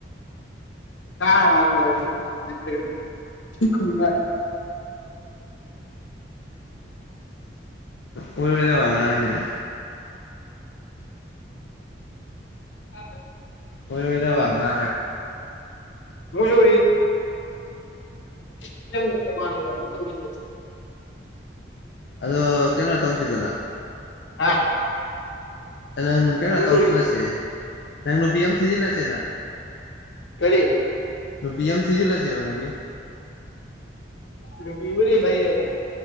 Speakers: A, on the left; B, on the left.
A: ꯇ ꯀꯥ ꯋꯥꯂ ꯋꯥ
B: ꯑꯣꯏꯗ ꯋꯥꯉꯅꯤ
A: ꯎ
B: ꯑꯣꯏꯕꯤꯗ ꯋꯥꯉ
A: ꯃꯁꯔꯤ ꯀ
B: ꯑꯗ ꯀꯩꯅ ꯇꯧꯁꯤꯗꯅ
A: ꯍꯥ
B: ꯅꯪ ꯀꯩꯅꯣ
A: ꯃꯨꯖꯨꯔꯤ
B: ꯇꯧꯁꯤꯜꯂꯁꯦ ꯅꯪ ꯅꯨꯄꯤ ꯑꯃ ꯊꯤꯖꯤꯜꯂꯁꯦ ꯅꯪ
A: ꯀꯔꯤ
B: ꯄꯤꯑꯦꯝ ꯁꯤꯁꯨ ꯂꯁꯤ ꯃꯔꯔ
A: ꯔꯨꯄꯤꯕꯨꯅꯤ ꯂꯩꯔꯦ